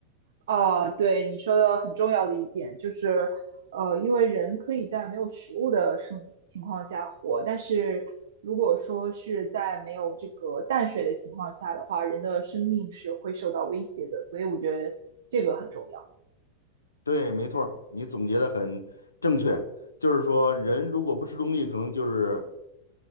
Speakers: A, on the right; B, on the left.
A: 啊，对你说的很重要的一点就是，呃，因为人可以在没有食物的生情况下活，但是如果说是在没有这个淡水的情况下的话，人的生命是会受到威胁的，所以我觉得这个很重要。
B: 对，没错儿你总结的很正确。就是说，人如果不吃东西，
A: 嗯
B: 可能就是